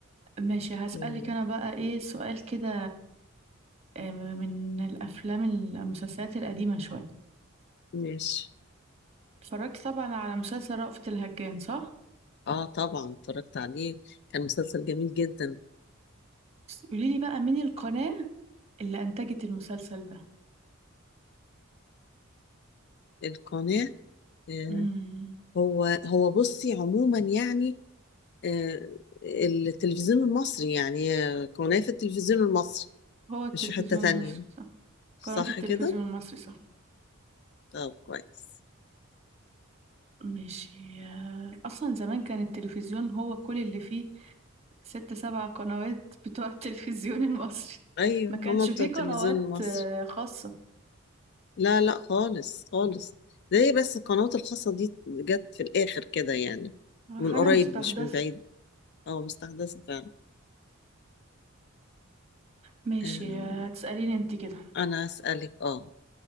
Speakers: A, on the right; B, on the left.
A: ماشي هسألك
B: مم.
A: انا بقى ايه سؤال كده آه، من الافلام المسلسلات القديمة شوية
B: ماشي
A: اتفرجت طبعا على مسلسل رأفت الهجان صح
B: اه طبعا اتفرجت عليه كان مسلسل جميل جدا
A: بس قولي لي بقى مين القناة اللي انتجت المسلسل ده
B: القناة آه،
A: امم
B: هو هو بصي عموما يعني آه، التلفزيون المصري يعني آه، قناة في التلفزيون المصري
A: هو التلفزيون
B: مش في حتة تانية
A: المصري صح
B: صح
A: قناة التلفزيون
B: كده؟
A: المصري صح
B: طب كويس
A: ماشي آه، اصلا زمان كان التلفزيون هو كل اللي فيه ست سبع قنوات بتوع التلفزيون المصري
B: أيوة
A: ما
B: هما
A: كانش
B: بتوع
A: فيه
B: التلفزيون
A: قنوات
B: المصري
A: آه، خاصة
B: لا لا خالص خالص ده هي بس القنوات الخاصة دي جت في الآخر كده يعني من
A: حاجة
B: قريب
A: مستحدثة
B: مش من بعيد اه مستحدثة فعلا
A: ماشي
B: آه،
A: آه، هتسأليني انت كده
B: أنا أسألك اه